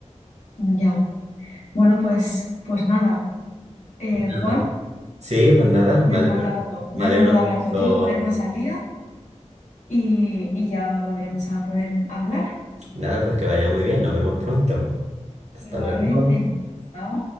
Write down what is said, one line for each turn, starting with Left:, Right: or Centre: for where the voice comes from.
Left: ya. Bueno, pues, pues nada. Eh,
Right: ¿verdad?
Left: Juan,
Right: Sí, pues nada,
Left: me
Right: me
Left: ha
Right: alegro,
Left: encantado,
Right: me
Left: me ha
Right: alegro
Left: encantado
Right: mucho.
Left: hablar contigo, ponernos al día y, y ya volveremos a poner a hablar.
Right: Nada, pues que vaya muy bien, nos vemos pronto. Hasta
Left: Igualmente.
Right: luego.
Left: Chao.